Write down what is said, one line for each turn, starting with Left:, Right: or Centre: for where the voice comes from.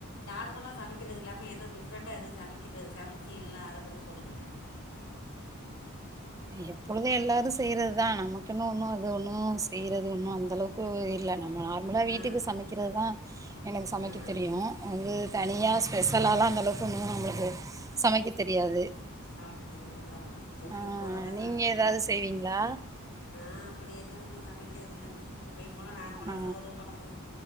Left: நார்மலா சமைக்கிறது இல்லாம எதோ டிஃப்ரெண்டா எதும் சமைக்கிறது சமைச்சிங்கன்னா அத பத்தி சொல்லுங்களேன்
Right: எப்பொழுதும் எல்லாரும் செய்யறது தான் நமக்கு என்னு ஒண்ணும் அது ஒண்ணும் செய்றது ஒண்ணும் அந்த அளவுக்கு இல்ல நம்ம ஆ நம்மளா வீட்டுக்கு
Left: ம்
Right: சமைக்கிறதுதான் எனக்கு சமைக்க
Left: ம்
Right: தெரியு அது தனியா ஸ்பெஷலாலா அந்தளவுக்கு இன்னும் நம்மளுக்கு சமைக்க தெரியாது
Left: சமைக்க தெரியாதுதா எப்பயு
Right: ஆ
Left: போல தான்
Right: நீங்க
Left: சமைப்பீங்க
Right: ஏதாவது செய்வீங்களா
Left: நா அப்டே எது ஒன்னும் சமைக்கிறதில்லங்க எப்பயும் போல நார்மலா
Right: ஆ
Left: சோறு குழம்பு